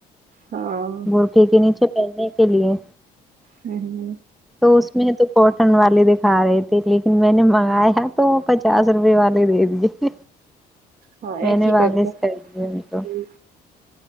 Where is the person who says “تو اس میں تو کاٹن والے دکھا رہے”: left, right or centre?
Centre